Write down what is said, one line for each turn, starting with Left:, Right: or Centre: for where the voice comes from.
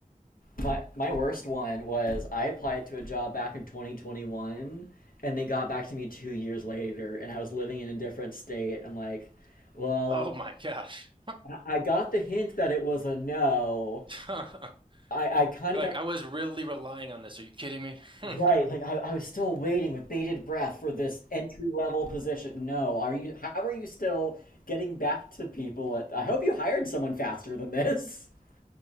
Left: My my worst one was I applied to a job back in 2021 and they got back to me 2 years later and I was living in a different state. I'm like, well,
Right: Oh my gosh.
Left: I got the hint that it was a no.
Right: <laughs>
Left: I I kind
Right: You're
Left: of got
Right: like, I was really relying on this. Are you kidding me?
Left: right,
Right: <laughs>
Left: like I I was still waiting with bated breath for this entry level position. No, are you how are you still getting back to people at I hope you hired someone faster than this. <laughs>